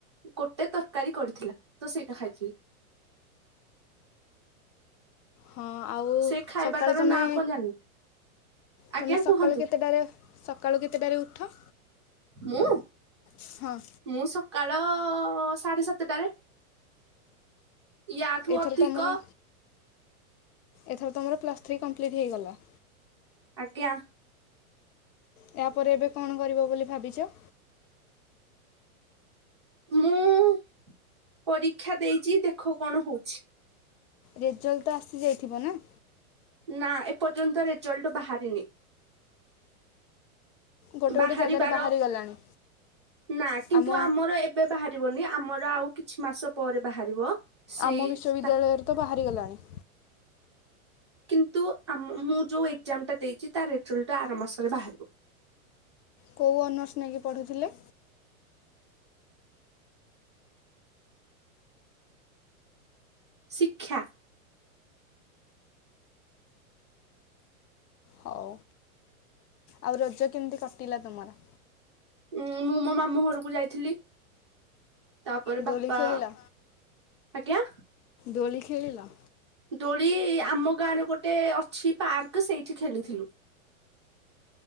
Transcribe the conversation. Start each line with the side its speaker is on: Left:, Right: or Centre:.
Right: ଗୋଟେ ତରକାରୀ କରିଥିଲା ତ ସେଇଟା ଖାଇଥିଲି।
Left: ହଁ ଆଉ
Right: ସେ ଖାଇବାଟାର
Left: ସକାଳୁ ତମେ
Right: ନାଁ କଣ ଜାଣିନି ଆଜ୍ଞା
Left: ତୁମେ ସକାଳୁ
Right: କୁହନ୍ତୁ
Left: କେତେଟାରେ ସକାଳୁ କେତେଟାରେ ଉଠ?
Right: ମୁଁ
Left: ହଁ।
Right: ମୁଁ ସକାଳ ସାଢେ ସାତଟାରେ। ୟାଠୁ
Left: ଏଥର
Right: ଅଧିକ
Left: ତମର ଏଥର ତମର ପ୍ଲସ୍ ଥ୍ରୀ କମ୍ପ୍ଲିଟ୍ ହେଇଗଲା।
Right: ଆଜ୍ଞା।
Left: ତାପରେ ଏବେ କଣ କରିବ ବୋଲି ଭାବିଛ?
Right: ମୁଁ ପରୀକ୍ଷା ଦେଇଛି ଦେଖ କଣ ହଉଛି।
Left: ରେଜଲ୍ଟ ତ ଆସିଯାଇଥିବ ନା?
Right: ନା ଏପର୍ଯ୍ୟନ୍ତ ରେଜଲ୍ଟ ବାହାରିନି।
Left: ଗୋଟେ
Right: ବାହାରିବାର
Left: ଗୋଟେ ଜାଗାରେ ବାହାରି ଗଲାଣି
Right: ନା କିନ୍ତୁ
Left: ଆମ
Right: ଆମର ଏ ଏବେ ବାହାରିବନି ଆମର ଆଉ କିଛି ମାସ ପରେ ବାହାରିବ। ସେଇ
Left: ଆମ ବିଶ୍ଵବିଦ୍ୟାଳୟରେ
Right: ତା
Left: ତ ବାହାରି ଗଲାଣି।
Right: କିନ୍ତୁ ଆମ- ମୁଁ ଯେଉଁ ଏଗଜାମଟା ଦେଇଛି ତା ରେଜଲ୍ଟ ଆର ମାସରେ ବାହାରିବ।
Left: କୋଉ ଅନର୍ସ ନେଇକି ପଢ଼ୁଥିଲେ?
Right: ଶିକ୍ଷା।
Left: ହଉ। ଆଉ ରଜ କେମିତି କଟିଲା ତମର?
Right: ଉଁ ମୁଁ ମୋ ମାମୁଁ ଘରକୁ ଯାଇଥିଲି। ତାପରେ
Left: ଦୋଳି
Right: ବାପା
Left: ଖେଳିଲ
Right: ଆଜ୍ଞା
Left: ଦୋଳି ଖେଳିଲ?
Right: ଦୋଳି ଆମ ଗାଁରେ ଗୋଟେ ଅଛି ପାର୍କ ସେଇଠି ଖେଳିଥିଲୁ।